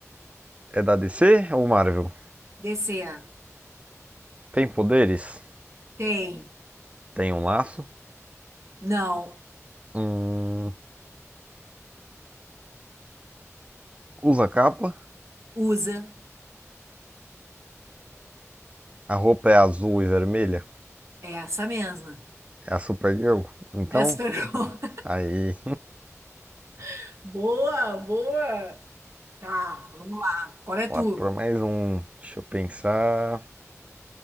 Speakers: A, on the right; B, on the right.
A: É da DC ou Marvel?
B: descer.
A: Tem poderes?
B: Tem.
A: Tem um laço?
B: Não.
A: Hum, usa capa?
B: Usa.
A: A roupa é azul e vermelha?
B: Essa mesma.
A: É a Supergirl? Então,
B: Essa pegou.
A: aí.
B: <laughs> Boa, boa. Tá, vamos lá. Agora é tu.
A: Lá para mais um. Deixa eu pensar.